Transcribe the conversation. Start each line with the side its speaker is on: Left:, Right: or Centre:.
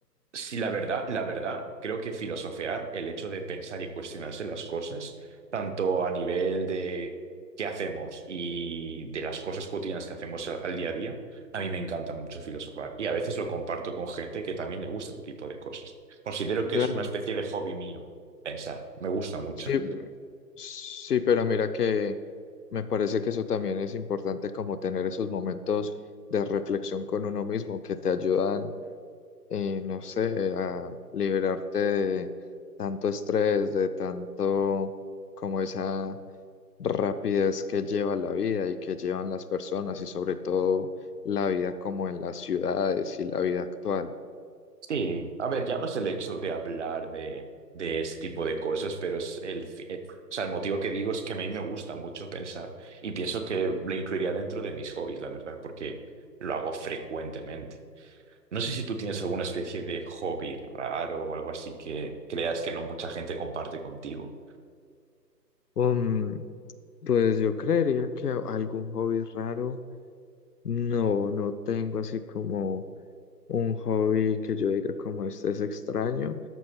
Right: Sí, la verdad, la verdad, creo que filosofear, el hecho de pensar y cuestionarse las cosas, tanto a nivel de qué hacemos y de las cosas cotidianas que hacemos a- al día a día, a mí me encanta mucho filosofar y a veces lo comparto con gente que también le gusta este tipo de cosas. Considero que
Left: claro.
Right: es una especie de hobby mío pensar, me gusta mucho.
Left: Sí, pe- sí, pero mira que me parece que eso también es importante como tener esos momentos de reflexión con uno mismo que te ayudan, eh, no sé, a liberarte de tanto estrés, de tanto como esa rapidez que lleva la vida y que llevan las personas y sobre todo la vida como en las ciudades y la vida actual.
Right: Sí, a ver, ya no es el hecho de hablar de, de este tipo de cosas, pero es el, fi- eh, o sea, el motivo que digo es que a mí me gusta mucho pensar y pienso que lo incluiría dentro de mis hobbies, la verdad, porque lo hago frecuentemente. No sé si tú tienes alguna especie de hobby raro o algo así que creas que no mucha gente comparte contigo.
Left: Um, pues yo creería que algún hobby raro. No, no tengo así como un hobby que yo diga como este es extraño.